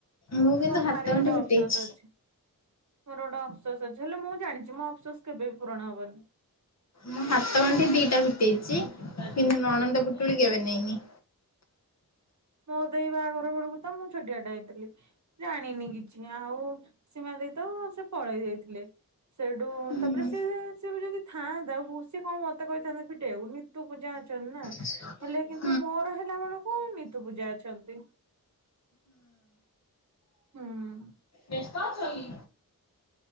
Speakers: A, on the left; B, on the right.
A: ମୁଁ କିନ୍ତୁ
B: ମୋର
A: ହାତ
B: ଭାରି
A: ଗଣ୍ଠି
B: ଗୋଟେ
A: ଫିଟେଇଛି।
B: ଅବସୋଷ ଅଛି। ମୋର ଗୋଟେ ଅବସୋସ୍ ଅଛି ହେଲେ ମୁଁ ଜାଣିଛି ମୋ ଅବସୋସ୍ କେବେ ବି ପୂରଣ ହବନି।
A: ମୁଁ ହାତ ଗଣ୍ଠି ଦିଟା ଫିଟେଇଚି କିନ୍ତୁ ନଣନ୍ଦ ପୁଟୁଳି କେବେ ନେଇନି।
B: ମୋ ଦେଇ ବାହାଘର ବେଳକୁ ତ ମୁଁ ଛୋଟିଆଟେ ହେଇଥିଲି ଜାଣିନି କିଛି ଆଉ ସୀମା ଦେଇ ତ ସେ ପଳେଇ ଜାଇଥିଲେ। ସେଇଠୁ
A: ହୁଁ
B: ତାପରେ ସିଏ ସିଏ ଵି ଯଦି ଥାଆନ୍ତା ହଁ ସିଏ କଣ ମତେ କହିଥାନ୍ତ ଫିଟେଇବାକୁ ନି ତୁ ପୂଜା ଅଛନି ନା।
A: ହ <inaudible>
B: ହେଲେ କିନ୍ତୁ ମୋର ହେଲା ବେଳକୁ ନି ତୁ ପୂଜା ଅଛନ୍ତି ହୁଁ।
A: ବେସ୍ତ ଅଛ କି?